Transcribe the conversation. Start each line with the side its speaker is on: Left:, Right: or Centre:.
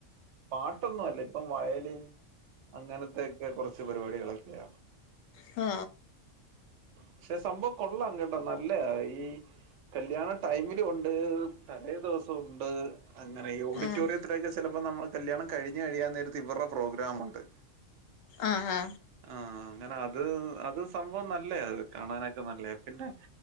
Right: പാട്ടൊന്നും അല്ല ഇപ്പം വയലിൻ അങ്ങനത്തെൊക്കെ കുറച്ച് പരിപാടികളൊക്കെയ
Left: ആ
Right: പക്ഷെ സംഭവം കൊള്ളാം കേട്ടോ നല്ല ഈ കല്യാണ ടൈമില ഉണ്ട് തലേ ദിവസം ഉണ്ട് അങ്ങനെ ഈ ഓഡിറ്റോറിയത്തിലൊക്കെ
Left: ഉം,
Right: ചിലപ്പോ നമ്മക്ക് കല്യാണം കഴിഞ്ഞഞ് കഴിയാൻ നേരത്ത് ഇവരുടെ പ്രോഗ്രാമുണ്ട്
Left: ആഹ ആഹ
Right: ആ അങ്ങനെ അത് അത് സംഭവം നല്ലേ അത് കാണാനൊക്കെ നല്ലേ പിന്നെ